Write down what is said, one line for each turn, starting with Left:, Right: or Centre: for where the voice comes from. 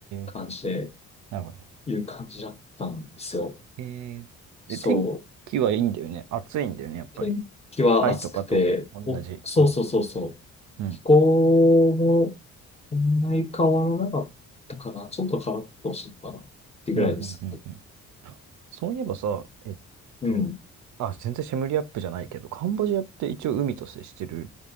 Left: 感じで、
Right: ー、なるほど。
Left: いう感じだったんですよ。
Right: えー、
Left: そう。
Right: で、天気はいいんだよね。暑いんだよね、やっぱり。
Left: 天気は暑くて、
Right: タイとかと同じような。
Left: お、そうそうそうそう。
Right: うん。
Left: 気候も、そんなに変わらなかったかな。ちょっと変わったほしいかな。ってぐらいです。
Right: うん、うん、うん、うん。そういえばさ、えっと、
Left: うん。
Right: あ、全然シェムリアップじゃないけど、カンボジアって一応海と接してる